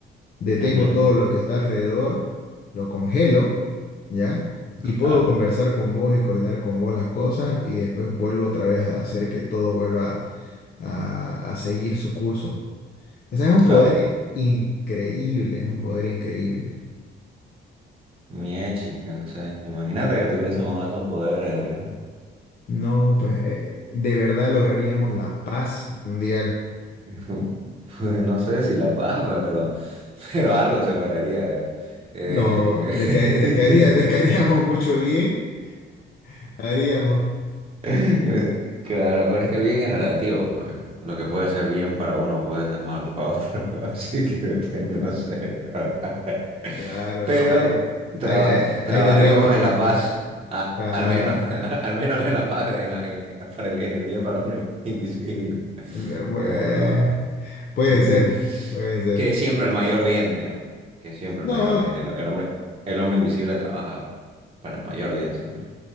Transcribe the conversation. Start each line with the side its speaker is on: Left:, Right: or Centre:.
Left: detengo
Right: ujú,
Left: todo lo que está alrededor, lo congelo, ¿ya? Y puedo
Right: Claro,
Left: conversar con vos y coordinar con vos las cosas y después vuelvo otra vez a hacer que todo vuelva a, a seguir su curso. O sea, es un
Right: claro.
Left: poder increíble, es un poder increíble.
Right: Mía chica, o sea, imagínate que tuviésemos esos poderes,
Left: No, pues eh, de verdad lograríamos la paz mundial.
Right: viejo. <laughs> Pues, no sé si la paz, pero, pero algo se lograría, viejo. Eh,
Left: No, de que, de que haría- de que haríamos
Right: <laughs>
Left: mucho bien, haríamos.
Right: <laughs> Claro, pero es que el bien es relativo, pues. Lo que puede ser bien para uno puede ser mal para otro, <laughs> así que depende,
Left: Ah,
Right: no sé. <laughs>
Left: Claro,
Right: Pero
Left: no, ahí,
Right: traba-
Left: ahí, ahí
Right: trabajaríamos
Left: ahí tendríamos que
Right: en la
Left: recorrer.
Right: paz, a-
Left: Claro.
Right: al menos, <laughs> al menos en la paz, en la- en- para el, en el bien para el hombre invisible.
Left: Eh, Bu-
Right: Pero
Left: Eh, puede
Right: eh,
Left: ser,
Right: <laughs>
Left: puede ser.
Right: que siempre el mayor bien, digamos, que siempre
Left: No,
Right: el mayor bien. El, el hombre, el hombre invisible trabaja para el mayor bien siempre.